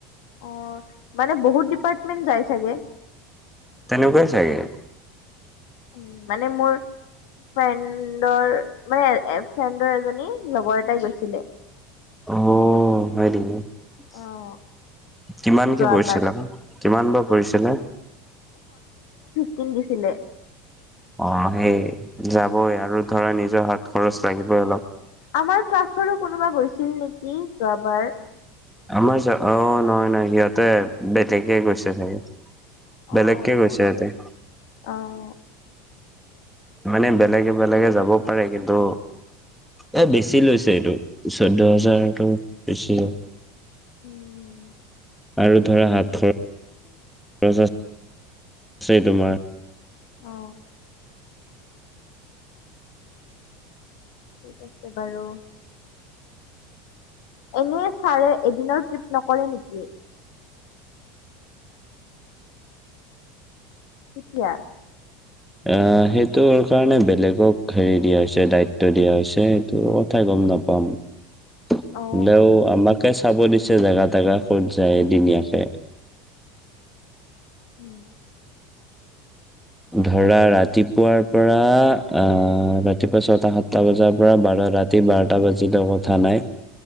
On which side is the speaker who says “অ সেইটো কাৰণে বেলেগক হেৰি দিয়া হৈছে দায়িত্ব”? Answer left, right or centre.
Centre